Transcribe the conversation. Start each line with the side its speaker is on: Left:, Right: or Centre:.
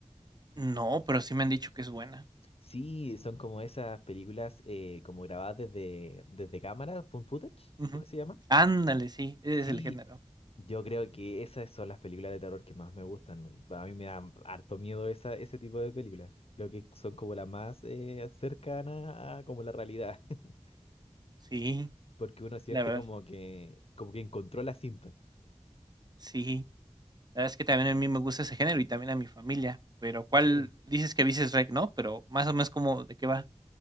Right: no, pero sí me han dicho que es buena.
Left: Sí, son como esas películas eh, como grabadas desde, desde cámara, found footage,
Right: Ujú.
Left: creo que se llama.
Right: Ándale, sí, ese
Left: Sí,
Right: es el género.
Left: yo creo que esas son las películas de terror que más me gustan. A mí me da harto miedo esa, ese tipo de películas. Creo que son como las más eh, cercanas a como la realidad, <laughs>
Right: Sí,
Left: porque uno siente
Right: la verdad,
Left: como que, como que encontró la cinta.
Right: sí. La verdad es que también a mí me gusta ese género y también a mi familia, pero ¿cuál
Left: Sí,
Right: dices que dices rec, no? Pero más o menos como de qué va.